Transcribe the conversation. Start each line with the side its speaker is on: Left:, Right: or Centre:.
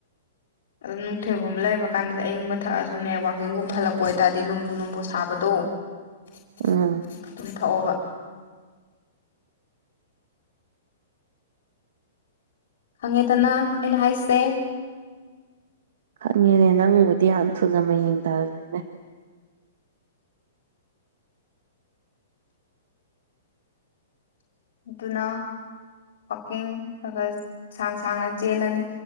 Left: ꯑꯗꯨꯝ ꯅꯨꯡꯊꯤꯜꯒꯨꯝꯕ ꯂꯩꯕ ꯀꯥꯟꯗꯗꯤ ꯑꯌꯤꯡꯕ ꯊꯛꯑꯁꯨꯅꯦ ꯋꯥꯛꯀꯤꯡꯒꯨꯝꯕ ꯍꯜꯂꯛꯄ ꯑꯣꯏꯇꯥꯔꯗꯤ ꯂꯨꯝꯕꯨ ꯂꯨꯝꯕꯨ ꯁꯥꯕꯗꯣ <inaudible>
Right: <inaudible>
Left: ꯑꯗꯨꯨꯝ ꯊꯛꯑꯣꯕ ꯈꯪꯉꯦꯗꯅ ꯑꯩꯅ ꯍꯥꯏꯁꯦ
Right: ꯈꯪꯉꯦꯅꯦ ꯅꯪꯕꯨꯗꯤ ꯌꯥꯝꯅ ꯊꯨꯅ ꯃꯌꯦꯡ ꯇꯥꯔꯈ꯭ꯔꯦꯅꯦ
Left: ꯑꯗꯨꯅ ꯋꯥꯛꯀꯤꯡ ꯈꯔ ꯈꯔ ꯁꯥꯡ ꯁꯥꯡꯅ ꯆꯦꯜꯂꯅꯤ